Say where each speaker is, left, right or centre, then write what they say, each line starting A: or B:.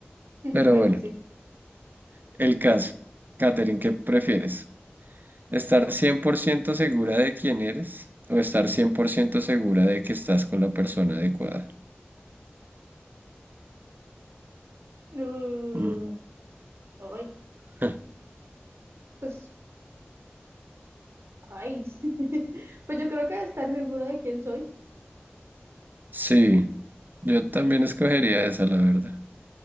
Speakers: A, on the right; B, on the right.
A: pero
B: Bueno,
A: bueno,
B: sí.
A: el caso. Catherine, ¿qué prefieres? ¿Estar 100% segura de quién eres o estar 100% segura de que estás con la persona adecuada?
B: Uh,
A: Mm.
B: ay,
A: <laughs>
B: pues, ay. <laughs> Pues yo creo que estar seguro de quién soy.
A: Sí, yo también escogería esa, la verdad.